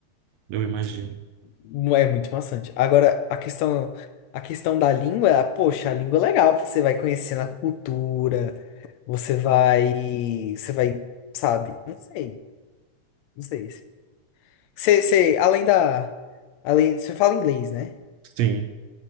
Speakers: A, on the right; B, on the left.
A: eu imagino.
B: Mu- É muito maçante. Agora, a questão, a questão da língua, poxa, a língua é legal, você vai conhecendo a cultura, você vai, você vai, sabe? Não sei, não sei assim. Você, você, além da, além, você fala inglês, né?
A: Sim.